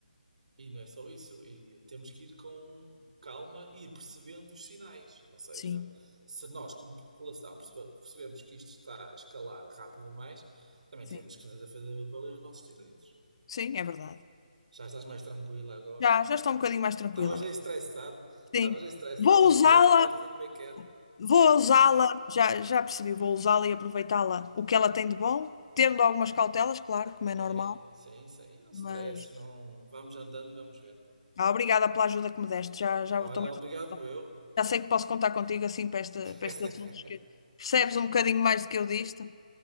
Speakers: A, on the right; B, on the left.
A: E não é só isso, e temos que ir com calma e ir percebendo os sinais. Ou seja,
B: Sim,
A: se nós, como população, perceba- percebemos que isto está a escalar rápido demais, também
B: sim.
A: temos que fazer, fazer valer os nossos direitos.
B: Sim, é verdade.
A: Já estás mais tranquila agora?
B: Já, já estou um bocadinho mais tranquila.
A: Estavas aí estressado, estavas
B: Sim.
A: aí estressada,
B: Vou usá-la,
A: eu já te conheço, eu sei como é que é.
B: vou usá-la, já, já percebi, vou usá-la e aproveitá-la o que ela tem de bom, tendo algumas cautelas, claro, como é
A: É,
B: normal,
A: sim, sim, e não
B: mas
A: se estresse, não... vamos andando e vamos vendo.
B: ah, obrigada pela ajuda que me deste. Já, já,
A: Olha,
B: estou mais-
A: obrigado eu.
B: já sei que posso contar contigo assim para, esta,
A: <laughs>
B: para estes assuntos que percebes um bocadinho mais do que eu disto.